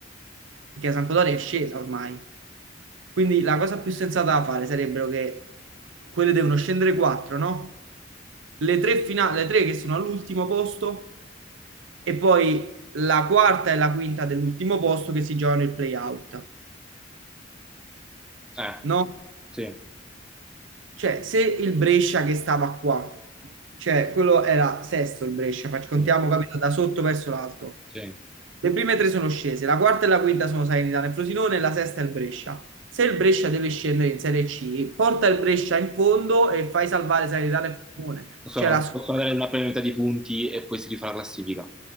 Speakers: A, on the right; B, in the centre.
A: perché San Podore è scesa ormai. Quindi la cosa più sensata da fare sarebbero che quelle devono scendere quattro, no? Le tre, fina- le tre che sono all'ultimo posto e poi la quarta e la quinta dell'ultimo posto che si giocano il play-out,
B: Eh,
A: no?
B: sì,
A: Cioè, se il Brescia che stava qua, cioè quello era sesto il Brescia, fac- contiamo,
B: sì.
A: capito, da sotto verso l'alto.
B: sì.
A: Le prime tre sono scese, la quarta e la quinta sono Salernitana e Frosinone, la sesta è il Brescia. Se il Brescia deve scendere in Serie C, porta il Brescia in fondo e fai salvare Salernitana e Frosinone.
B: Possono,
A: Cioè la squadra...
B: possono dare una penalità di punti e poi si rifà la classifica.